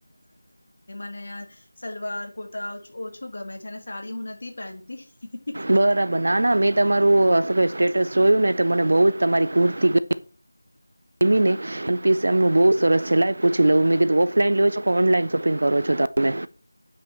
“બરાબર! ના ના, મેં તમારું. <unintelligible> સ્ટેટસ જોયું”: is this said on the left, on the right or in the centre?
Right